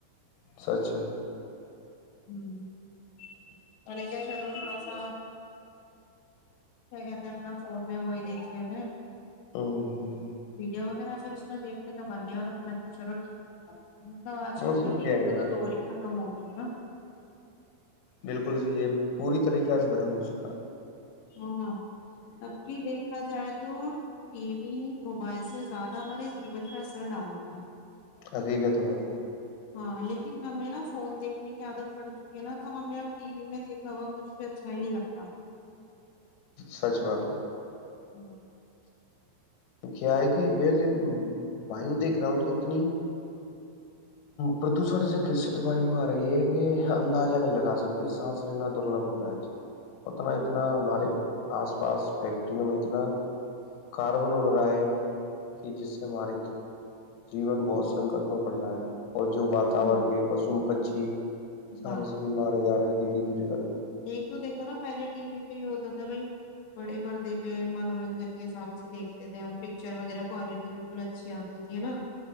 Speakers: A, on the left; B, on the left.
A: سچھا
B: ہوں م کیا چلو تھوڑا سا کیا کہتے ہیں اپنا فون میں وہی دیکھ لیتےے
A: ہوں
B: بجا وقت ذا پھر اس میں دیکنے کا من نہیں ہو رہا تو میں نے کہ چلو ٹی مطلب آج
A: موسم
B: کل تو ٹی
A: کیا
B: وی
A: ہے
B: کا
A: یار
B: تو دور ہی تھا ہ اوکےا
A: بالکل س یہ پوری طریقہ سے ختم ہو سکا
B: ہاںاں سب کی دیکھا جائے تو تو ٹی وی موبائل سے زیادہ ہمارے جیون پرہ اثر ڈالتا ہے
A: ہقیق تو بات
B: ہاں لیکن ہمیں نا فون دیکھنے کی عادت پڑ چکی ہے نا تو ہمیں اب ٹی وی میں دیکھا ہوا کچھ بھی اچھا ہی نہیں لگتا
A: سچ بات ہے
B: ہ <unintelligible>
A: کیا ہے کہ ویسے ویو دیکھ رہا ہوں تو اتنی پردوشن سے گرست وایو آ رہی ہے کہ اندازہ نہیں لگا سکتی سانس لینا درلبھ ہو رہا ہے جی پتنا
B: ہاں
A: اتنا ہمارے آس پاس فیکٹریوں میں اتنا کاربن اڑ رہا ہے کہ جس سے ہمار جیون بہت
B: جی
A: سنکٹ میں پڑ رہا ہے اور جو واتاورن
B: جی
A: کے پشو پ جی سارے
B: ہاں
A: سبھی مارے جا رہے ہیں دھیرے دھیر کر کے
B: یہی تو دیکھو نا پہلے ٹی وی پہ ہی ہوتا تھا بھائی بڑے پردے پہ منورنجن کے حساب سے دیکھتے تھے ہم پکچر وغیرہ کوالٹی بالکل اچھی آتی تھی ہے نا